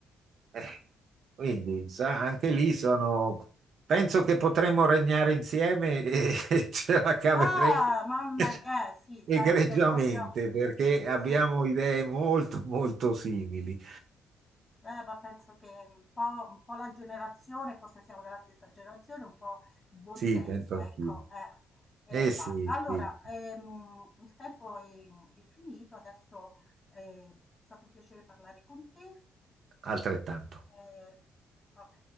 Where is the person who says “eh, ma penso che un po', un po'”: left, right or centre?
Left